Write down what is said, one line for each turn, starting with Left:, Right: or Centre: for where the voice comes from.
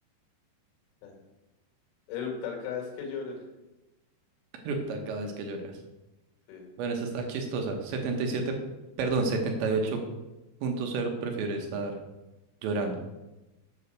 Left: Ah. Eruptar cada vez que llore.
Right: <laughs> Eructar cada vez que lloras.
Left: Sí.
Right: Bueno, esta está chistosa. setenta y siete perdón, setenta y ocho punto cero prefiere estar llorando.